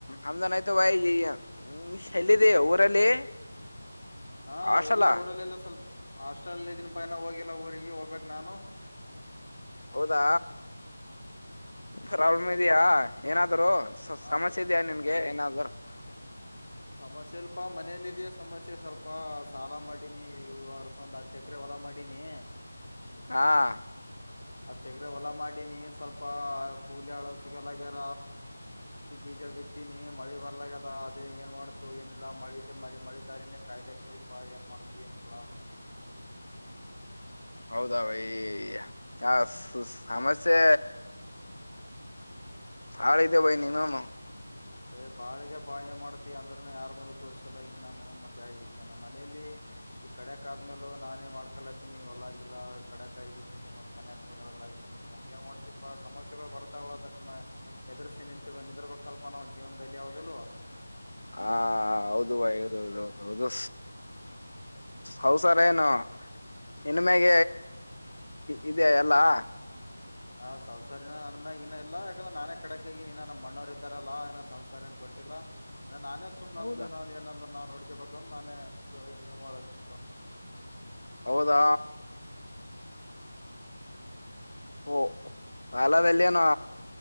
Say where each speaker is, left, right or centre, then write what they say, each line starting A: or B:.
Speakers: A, on the left; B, on the left.
A: ಆಮ್ದನ್ ಆಯ್ತು ಬಯ ಎಲ್ಲಿದ್ದಿ ಊರಲ್ಲಿ <inaudible>
B: ಹಾ
A: ಹಾಸ್ಟೆಲ್
B: ಎಲ್ಲಾ ಊರಲ್ಲೆಲ್ಲ ಸ್ವಲ್ಪ <inaudible> ಹಾಸ್ಟೆಲ್ ಇದನ್ ಪೈನ ಹೋಗಿಲ್ಲ ಊರಿಗೆ ಹೋಗ್ಬೇಕಕ್ ನಾನು <inaudible>
A: ಹೌದಾ ಪ್ರಾಬ್ಲಮ್ ಇದ್ಯಾಾ ಏನಾದ್ರು.
B: ಹಾ
A: ಸಮಸ್ಯೆ
B: ಸ
A: ಇದೆಯಾ ನಿನ್ಗೆ
B: ಏ
A: ಏನಾದರು <inaudible>
B: ಸಮಸ್ಯೆ ಸ್ವಲ್ಪ ಮನೇಲಿ ಇದೆಯ ಸಮಸ್ಯೆ ಸ್ವಲ್ಪ ಸಾಲ ಮಾಡಿನಿ ಒಂದ್ ಹತ್ತು ಎಕರೆ ಹೊಲ ಮಾಡಿನಿ. ನೀ <inaudible>
A: ಹ <inaudible>
B: ಅ ತೆಗ್ರೆ ಹೊಲ ಮಾಡಿನಿ ಸ್ವಲ್ಪ ಕೂಲಿ ಹಳು ಸಿಗಲ್ಲಗ್ಯಾರ. ಬೀಜ ಬಿತ್ತೀಿನಿ ಮಳಿ ಬರ್ಲ. ಅದೇ ಏನ್ ಮಾಡತ ಏನಿಲ್ಲ ಮಳಿದ್ದ ಮ ಮಳಿ ದಾರಿನೇ ಕಾಯಿಲೆ ಆಯತಿದಪಾ ಏನ್ ಮಾಡತು ಏನಿಲ್ಲಾ. <inaudible>
A: ಹೌದ ಬೈ ಆ ಸಮಸ್ಯೆ.
B: ಏ
A: ಹಾಳತ ಭೈ ನೀ ನ ನ.
B: ಏ್ ಬಾಳ್ದ್ಯ ಪ ಏನ್ ಮಾಡತಿ ಅಂದ್ರನು ಯಾರ್ ಮುಂದತ್ ವರ್ಷಲ್ಲಗನ್ ನಾನು ಮತ್ತೆ ಮನೇಲಿ. ಈ ಕಡೆಕ್ ಆದ್ಮೇಲ ನಾನೇ ಮಾಡ್ಕಲತ್ತೀನಿ ಹೊಲಗಿಲ್ಲ ಕಡೆಕ್ ಆಿ ಬಿಟ್ಟೀಿನಿ ಮತ್ ಮನ್ಯಾಗ ಹೇಳಲ್ಲ. <inaudible> ಮತ್ತ ಏ ಮಾಡ್ತಿಪಾ ಸಮಸ್ಯೆಗಳು ಬರ್ತಾವ ಅದನ್ನ ಎದುರ್ಸಿ ನಿಂತ ನಿರ್ಬೇಕಲ್ <inaudible> ನಾವು ಜೀವನದಲ್ಲಿ ಯಾವ್ದದೆಲ್ವಾ
A: ಹ ಹೌದು ಬಾಯ ಹೌದೌದೌೌದು ಹೌಸಾರ ಏನು.
B: ಹ.
A: ಹೆಣಮಾಗ ಇದೆ ಎಲ್ಲಾ.
B: ಹಂ ಸಂ್ಸಾರಿನನ ನನ್ ಮ್ಯಗ ಇನ ಇ ಯಾಕಂದ್ರ ನಾನೇ ಕಡೆಕಗಿನ ನಮ್ಮಣ್ಣೋರು ಇದ್ದಾರಲ್ಲಾ ಏ ಸಂೌಸಾರನ್ ಕೊಟ್ಟಿಲ್ಲ ಅ ನಾನೇ ಸುಮ್ನೆ ನಂದು
A: ಹೌದಾ
B: ನ ಏನಂದು ನಾ ನಡ್. ೇಬೇಕಂದ ನಾನೇ ಇದು ಯಮ ಹತನಪ್ಪ.
A: ಹೌದಾ. ಹ ಅಲದಲ್ಲಿನು.